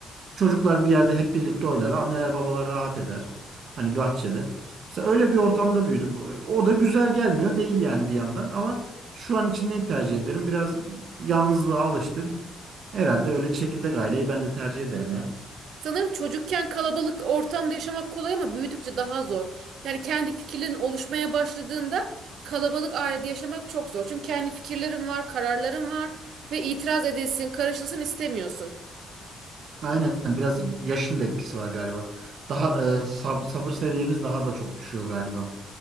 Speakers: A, on the right (about 55°); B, on the right (about 70°).
A: Çocuklar bir yerde hep birlikte oynar. Anneler babalar rahat eder. Hani bahçede. Mesela öyle bir ortamda büyüdüm. O da güzel gelmiyor değil yani bir yandan ama şu an için neyi tercih ederim? Biraz yalnızlığa alıştım. Herhalde öyle çekirdek aileyi ben de tercih ederim ya.
B: Sanırım çocukken kalabalık ortamda yaşamak kolay ama büyüdükçe daha zor. Yani kendi fikirlerin oluşmaya başladığında kalabalık ailede yaşamak çok zor. Çünkü kendi fikirlerin var, kararların var ve itiraz edilsin, karışılsın istemiyorsun.
A: Aynen biraz yaşın da etkisi var galiba. Daha e, sab- sabır seviyemiz daha da çok düşüyor galiba.